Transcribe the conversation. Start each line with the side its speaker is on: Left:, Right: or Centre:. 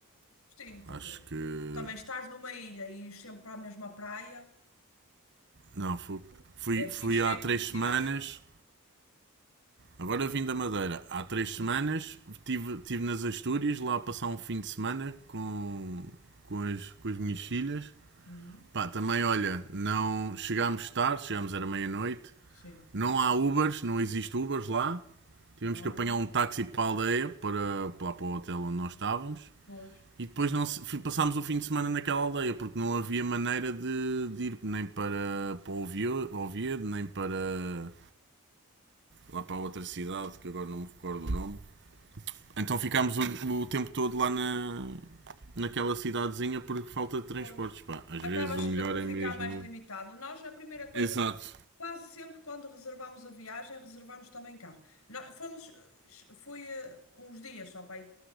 Left: Sim, porque
Right: acho que.
Left: também estás numa ilha e ires sempre para a mesma praia.
Right: Não, fu- fui,
Left: É fixe,
Right: fui há
Left: é
Right: três
Left: conhecer.
Right: semanas.
Left: eh,
Right: Agora vim da Madeira. Há três
Left: Sim.
Right: semanas estive tive nas Astúrias lá a passar um fim de semana com, com, as, com as minhas filhas
Left: Uhum,
Right: Pá, também olha, não chegámos tarde, chegámos era meia-noite,
Left: Sim.
Right: não há Ubers, não existe Ubers lá. Tivemos
Left: Ah,
Right: que apanhar um táxi para a aldeia, para, para para o hotel onde nós estávamos.
Left: pois,
Right: E depois não passámos o fim de semana naquela aldeia, porque não havia maneira de, de ir nem para, para Ovio- Oviedo, nem para lá para outra cidade, que agora não me recordo o nome. Então ficámos o, o tempo todo lá na, naquela cidadezinha porque falta de transportes.
Left: pois.
Right: Pá, às
Left: Acabas
Right: vezes o melhor
Left: que- por
Right: é
Left: ficar
Right: mesmo.
Left: mais limitado. Nós, a primeira coisa,
Right: Exato.
Left: quase sempre quando reservamos a viagem, reservamos também carro. Nós fomos, eh, fui eh, uns dias só para aí,